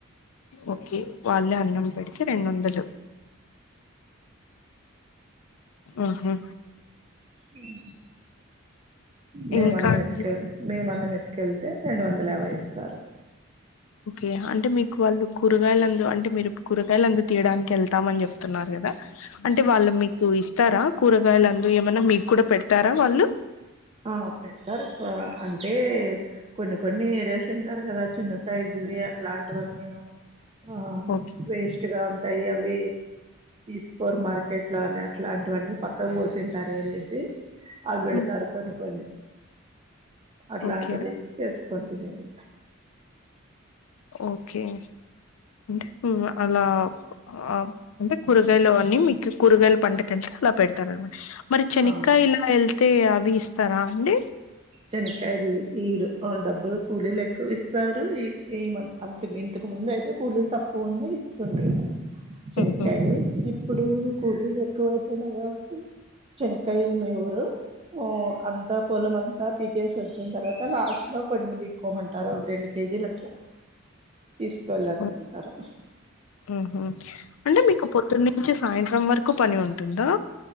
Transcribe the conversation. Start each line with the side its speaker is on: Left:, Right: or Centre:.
Left: ఓకే వాళ్ళే అన్నం పెడితే రెండు వందలు ఉహు
Right: ఉమ్ మేము
Left: ఇంకా
Right: అన్నం
Left: అండి?
Right: ఎతుకెళ్ మేము అన్నం ఎతుకెళ్తే రెండు వందల యాబై ఇస్తారు <inaudible>
Left: ఓకే అంటే మీకు వాళ్ళు కూరగాయలందు అంటే మీరు కూరగాయలందు తీయడానికి వెళ్తామని చెప్తున్నారు కదా అంటే వాళ్ళు మీకు ఇస్తారా కూరగాయల అందు ఏమన్నా మీకు కూడా పెడతారా వాళ్ళు
Right: ఆ పెడతారు అంటే కొన్ని కొన్ని ఏరియాసి ఉంటారు కదా చిన్న సైజువి అట్లాంటివన్నిను ఆ
Left: ఓకే
Right: వేస్ట్ గా ఉంటాయి అవి తీసుకోరు మార్ కెట్ లా అన్ని అట్లాంటివన్నీ పక్కక్ పోసింటారు ఏరేసి అవి పెడతారు.
Left: హ్మ్.
Right: కొన్ని కొన్ని అట్లాంటివిదెచ్చి
Left: ఓకే
Right: చేస్ కొని తినేది
Left: ఓకే అంటే అలా ఆ అంటే కూరగాయలు అవన్నీ మీకు కూరగాయల పంటకెళ్తే అలా పెడతారు అనమాట మరి శనక్కాయలా
Right: ఆ
Left: ఎళ్తే అవి ఇస్తారా అండి.
Right: శనక్కాయలు ఈ ఈయరు ఆ డబ్బులు కూలీలు ఎక్కువ ఇస్తారు ఈ ఈ మం అంత ఇంతకు ముంద్ ముందయితే కూలీలు తక్కువ ఉండే ఇస్తుండ్ర్రి శనక్కాయే
Left: హుహు.
Right: ఇప్పుడూ కూలీలు. ఎక్కువైపోయినాయి కాబట్టి చనక్కాయి ఏమి ఇవ్వరూ ఆ అంతా పొలం అంత్ యా పీకేసి వచ్చిన్ తర్వాతా లాస్ట్ లో కొన్ని పీక్కోమంటారు ఒక రెండు కేజీలు అట్లా. తీసుకవెళ్ళు అన్
Left: హ్మ్.
Right: ముందుంటారు.
Left: హుహు. అంటే మీకు పొద్దున్న నుంచి సాయంత్రం వరకు పని ఉంటుందా.